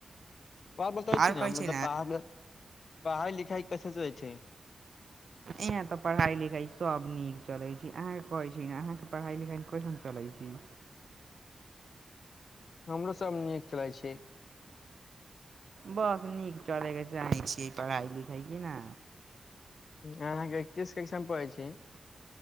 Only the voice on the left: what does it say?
और बतबै
छी ने
मतलब
पढ़ पढ़ाइ लिखाइ कैसे चलै छै
हमरो सब नीक चलै छै।
अहाँके किस कक्षा पढ़ै छी